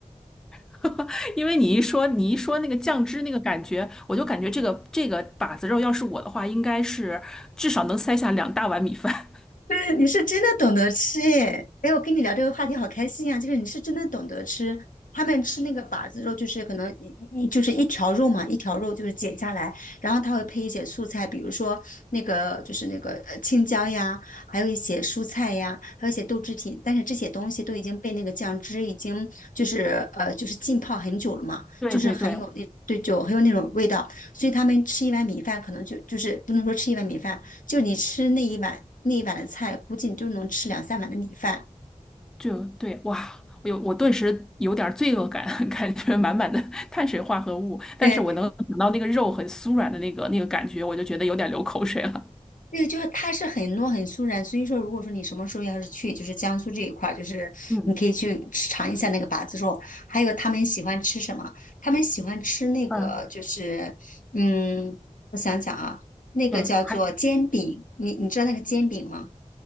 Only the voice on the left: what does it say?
对，你是真的懂得吃耶！哎，我跟你聊这个话题好开心呀、就是你是真的懂得吃，他们吃那个把子肉，就是可能一一就是一条肉嘛，一条肉就是剪下来，然后他会配一些素菜，比如说那个就是那个呃青椒呀，还有一些蔬菜呀，还有一些豆制品，但是这些东西都已经被那个酱汁已经就是呃就是浸泡很久了嘛，
就是很有那对就很有那种味道，所以他们吃一碗米饭可能就就是不能说吃一碗米饭。就是你吃那一碗那一碗的菜，估计你就能吃两三碗的米饭。
对，
那个就是它是很糯很酥软，所以说如果说你什么时候要是去就是江苏这一块儿，就是你可以去吃尝一下那个把子肉，
还有他们喜欢吃什么？他们喜欢吃那个就是嗯，
我想想啊，那个叫做煎饼，
你你知道那个煎饼吗？